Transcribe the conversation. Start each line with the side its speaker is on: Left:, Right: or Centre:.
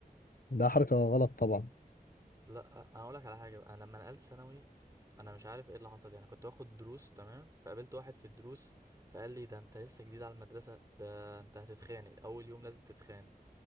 Left: ده حركه غلط طبعا
Right: لا انا اقول لك على حاجه بقى. انا لما نقلت ثانوي انا مش عارف ايه اللي حصل يعني كنت باخد دروس تمام فقابلت واحد في الدروس فقال لي ده انت لسه جديد على المدرسه ده انت هتتخانق اول يوم لازم تتخانق